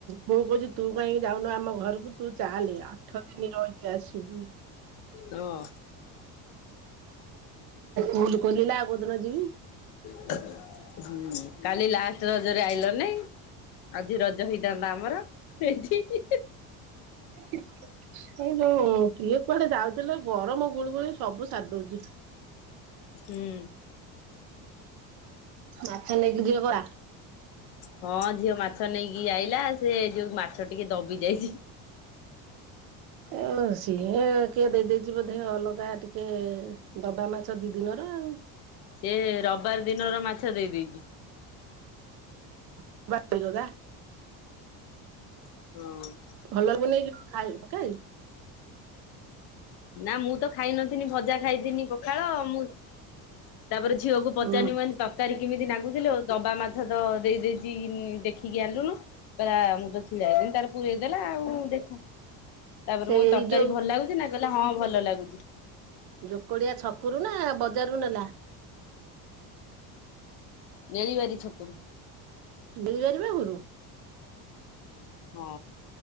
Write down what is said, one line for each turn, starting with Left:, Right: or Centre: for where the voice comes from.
Right: ମୁୁ କହୁଛି ତୁ କ ଯାଉନୁ ଆମ ଘରକୁ ତୁ ଚାଲି ଆଠ ଦିନ ରହିକି ଆସିବୁ।
Left: ହଁ
Right: ଭୁଲ କଲେ ବି ମାଡ। ବୋଦନା ଯିବି।
Left: <unintelligible> ହୁଁ କାଲି ଲା ରଜରେ ଆଇଲ ନାଇଁ। ଆଜି ରଜ ହେଇଥାନ୍ତା ଆମର ଏଠି ହୁଁ
Right: ଏଇ ଯୋଉ କୁଆଡେ ଯାଉଥିଲେ ଗରମ ଗୁଳୁ ଗୁଳି ସବୁ ସଧଉଛି।
Left: ହୁଁ।
Right: ମାଛ ନେଇକି ଯିଅ ପରା
Left: ହଁ ଝିଅ ମାଛ ନେଇକି ଆଇଲା ସେ ଯୋଉ ମାଛ ଟିକେ ଦବି ଯାଇଛି।
Right: ଆଉ ସିଏ କିଏ ଦେଇଦେଇଛି ବୋଧେ ଅଲଗା ଟିକେ ଦବା ମାଛ ଦି ଦିନର ଆଉ
Left: ସେ ରବିବାର ଦିନର ମାଛ ଦେଇ ଦେଇଛି।
Right: <unintelligible>
Left: <unintelligible>
Right: ଭଲ ଲାଗୁନି ଖାଇ ଖାଇ
Left: ନା ମୁଁ ତ ଖାଇନଥଥିଲିନି ଭଜା ଖାଇଥିଲି। ଖାଳ ମୁଁ ତାପରେ ଝିଅକୁ ପଚାରି
Right: ହୁଁ
Left: ମ ତରକାରୀ କେମିତି ନାଗୁଥିଲେ ଦବା ମାଛ ତ ଦେଇ ଦେଇେଇକ ଦେଖିକି ଆଣିଲୁନୁ ପା ମୁଁ ତ ଥିଲା ଏଇ ଦିନ ତ ପୁରୀଇଦଲା ଆଉ ହୁଁ ଦେଖ। ତାପରେ
Right: ସେ
Left: ମୋ
Right: ଏଇ
Left: ତରକାରୀ
Right: ଯୋଉ
Left: ଭଲ ଲାଗୁଛି ନା। କଲେ ହଁ ଭଲ ଲାଗୁଛି।
Right: ଜୋକଡିଆ ଛକରୁ ନା ବଜାରରୁ ନେଲା।
Left: ନେଳିିବରିଛି। ଠକୁ
Right: ଗେଳିପାରିବା ଘରୁ
Left: ହଁ।